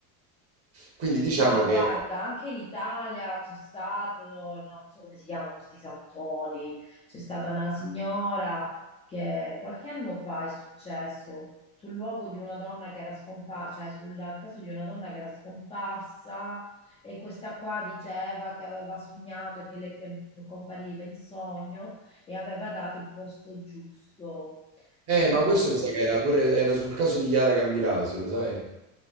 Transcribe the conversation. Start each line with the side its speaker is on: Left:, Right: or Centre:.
Right: Quindi diciamo
Left: Ma guarda,
Right: che,
Left: anche in Italia c'è stato, no, non so come si chiamano sti santoni, c'è stata una signora che qualche anno fa è successo sul luogo di una donna che era scomparsa, cioè sul caso di una donna che era scomparsa e questa qua diceva che aveva sognato e che le che compariva in sogno e aveva dato il posto giusto.
Right: eh,
Left: Però
Right: ma questo mi sa che era pure, era sul caso di Chiara Gambirasio, lo sai? Mi